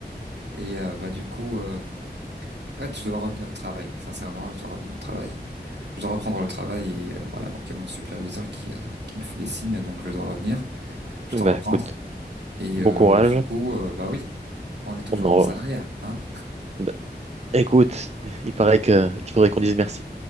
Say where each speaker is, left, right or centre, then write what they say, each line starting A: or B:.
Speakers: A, on the right (about 80°); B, on the right (about 40°).
A: Et euh, bah du coup, euh, en fait, je dois revenir au travail. Sincèrement, je dois revenir au travail. Je dois reprendre le travail et euh, voilà. Donc il y a mon superviseur qui, euh, qui me fait des signes, donc je dois revenir. Je
B: Bah
A: t'en reprendre.
B: écoute,
A: Et
B: bon
A: euh,
B: courage.
A: du coup, euh, bah oui, on est toujours
B: On en...
A: dans le salariat,
B: re-
A: hein?
B: Bah, écoute, il paraît que il faudrait qu'on dise merci.